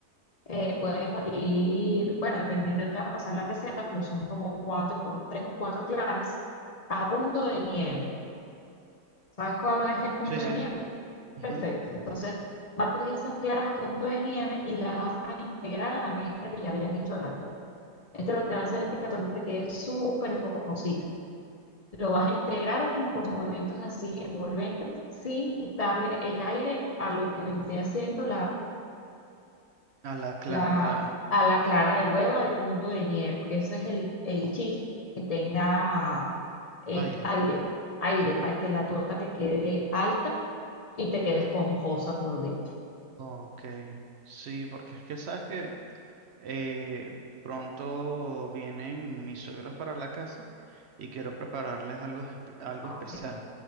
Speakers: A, on the left; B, on the right.
A: eh, puedes batir, bueno, dependiendo de te va a pasar la receta, pero son como cuatro, tres o cuatro claras a punto de nieve. ¿Sabes cuál es el punto
B: Sí, sí.
A: de nieve?
B: ujú.
A: Perfecto. Entonces, bates esas claras a punto de nieve y las vas a integrar a la mezcla que ya habían hecho de la torta. Esto lo que va a hacer es que la torta te quede súper esponjosita. Lo vas a integrar en- con movimientos así envolventes sin quitarle el aire a lo que vendría siendo
B: A la clara.
A: la, a la clara del huevo al punto de nieve, porque ese es el, el chiste, que tenga eh,
B: Aire.
A: aire, aire para que la torta te quede alta y te quede esponjosa por dentro.
B: Ok. Sí, porque es que sabes que eh, pronto vienen mis suegros para la casa y quiero prepararles algo, espe- algo
A: Ah,
B: especial.
A: ok,